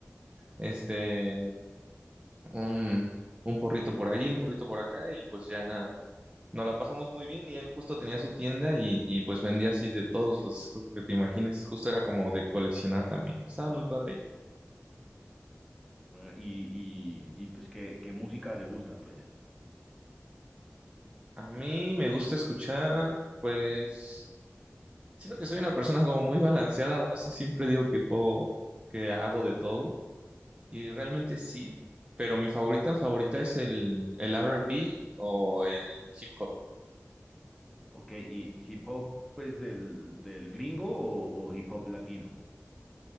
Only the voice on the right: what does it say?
este, un, un porrito por ahí, un porrito por acá y pues ya. Nos la pasamos muy bien y él justo tenía su tienda y, y pues vendía así de todos los discos que te imagines. Justo era como de coleccionar también. Estaba muy padre.
A mí me gusta escuchar, pues siento que soy una persona como muy balanceada. No sé, siempre digo que puedo, que hago de todo y realmente sí, pero mi favorita favorita es el, el R&B o el hip hop.